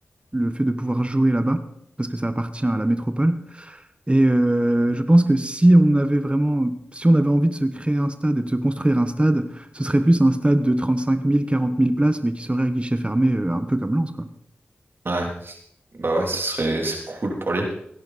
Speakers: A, on the right; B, on the right.
A: le fait de pouvoir jouer là-bas, parce que ça appartient à la métropole. Et euh, je pense que si on avait vraiment, si on avait envie de se créer un stade et de se construire un stade, ce serait plus un stade de trente-cinq mille quarante mille places, mais qui serait à guichet fermé, euh, un peu comme Lens, quoi.
B: Ouais, bah ouais, ce serait c'est cool pour l'île.